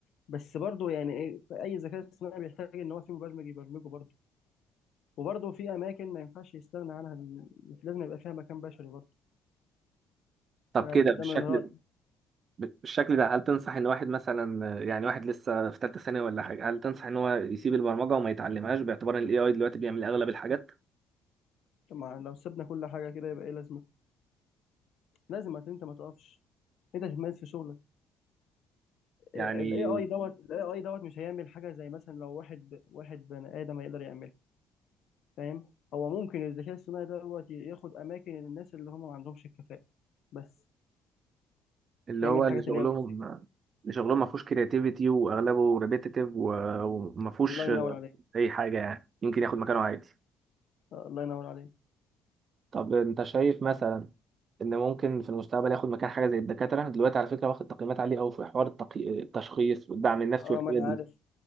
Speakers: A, on the left; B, on the right.
A: بس برضه يعني ايه اي ذكاء اصطناعي بيحتاج ان هو في مبرمج يبرمجه برضه وبرضه في اماكن ما ينفعش يستغنى عنها ال- لازم يبقى فيها مكان بشري برضه
B: طب
A: انا
B: كده
A: ب...
B: بالشكل
A: ده من رايي
B: بالشكل ده هل تنصح ان واحد مثلا يعني واحد لسه في ثالثه ثانوي ولا حاجه هل تنصح ان هو يسيب البرمجه وما يتعلمهاش باعتبار ان الاي اي دلوقتي بيعمل اغلب الحاجات
A: طبعا لو سيبنا كل حاجه كده يبقى ايه لازمه لازم هت- انت ما تقفش انت تتميز في شغلك
B: يعني
A: الاي اي دوت الاي اي دوت مش هيعمل حاجه زي مثلا لو واحد واحد بني ادم هيقدر يعملها فاهم هو ممكن الذكاء الصناعي دوت ياخد اماكن الناس اللي هم ما عندهمش الكفاءه بس
B: اللي
A: يعمل
B: هو
A: الحاجات
B: اللي شغلهم
A: اللي هي البسيطه
B: اللي شغلهم ما فيهوش كرياتيفيتي واغلبه ريبيتيتيف وما فيهوش
A: الله ينور عليك
B: اي حاجه يعني يمكن ياخد مكانه عادي
A: آه، الله ينور عليك
B: طب انت شايف مثلا ان ممكن في المستقبل ياخد مكان حاجه زي الدكاتره دلوقتي على فكره واخد تقييمات عاليه قوي في حوار التقي... التشخيص والدعم النفسي
A: اه
B: والحاجات
A: ما انا
B: دي
A: عارف